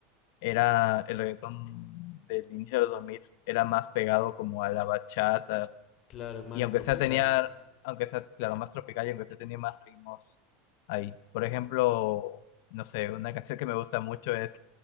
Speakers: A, on the left (about 60°); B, on the left (about 35°).
A: era el reggaetón del inicio de los 2000 era más pegado como a la bachata
B: claro, más
A: Y aunque
B: tropical.
A: sea tenía, aunque sea, claro, más tropical y aunque sea tenía más ritmos ahí. Por ejemplo, no sé, una canción que me gusta mucho es